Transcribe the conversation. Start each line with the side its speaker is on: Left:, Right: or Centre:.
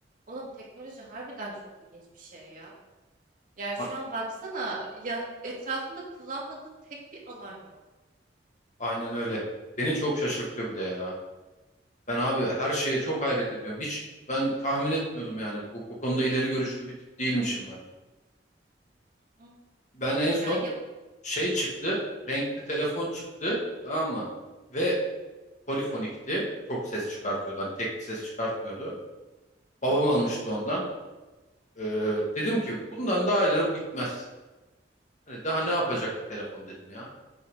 Right: Oğlum teknoloji harbiden çok ilginç bir şey ya. Yani
Left: A-
Right: şu an baksana ya etrafında kullanmadığın tek bir alan yok.
Left: Aynen öyle. Beni çok şaşırtıyor bir de ya. Ben abi her şeye çok hayret ediyorum. Hiç ben tahmin etmiyordum yani. Bu, bu konuda ileri görüşlü bir tip değilmişim ben.
Right: Hı.
Left: Ben en son
Right: Yani yap
Left: şey çıktı. Renkli telefon çıktı. Tamam mı? Ve polifonikti. Çok ses çıkartıyordu. Hani tek bir ses çıkartmıyordu. Babam
Right: Hı.
Left: almıştı ondan. Ee, dedim ki bundan daha ileri bu gitmez. Hani daha ne yapacak bir telefon dedim ya.